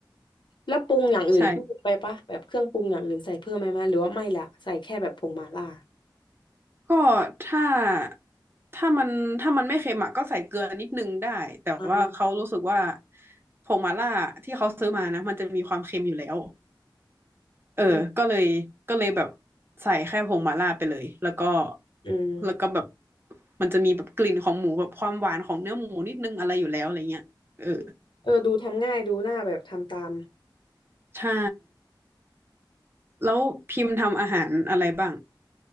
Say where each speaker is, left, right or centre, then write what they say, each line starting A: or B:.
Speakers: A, on the left; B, on the right.
A: แล้วปรุงอย่างอื่นเพิ่มไปป่ะแบบเครื่องปรุงอย่างอื่นใส่เพิ่มไหมไหมหรือว่าไม่ละใส่แค่แบบผงมาล่า
B: ใช่ก็ถ้าถ้ามันถ้ามันไม่เค็มอะก็ใส่เกลือนิดนึงได้แต่ว่าเขารู้สึกว่า
A: อ่า
B: ผงมาล่าที่เขาซื้อมานะมันจะมีความเค็มอยู่แล้ว เออ
A: อืม
B: ก็เลยก็เลยแบบใส่แค่ผงมาล่าไปเลย แล้วก็
A: อืม
B: แล้วก็แบบมันจะมีแบบกลิ่นของหมูแบบความหวานของเนื้อหมูนิดนึงอะไรอยู่แล้วอะไรเงี้ยเออ
A: เออ ดูทำง่ายดูหน้าแบบทำตาม
B: ใช่ แล้วพิมพ์ทำอาหารอะไรบ้าง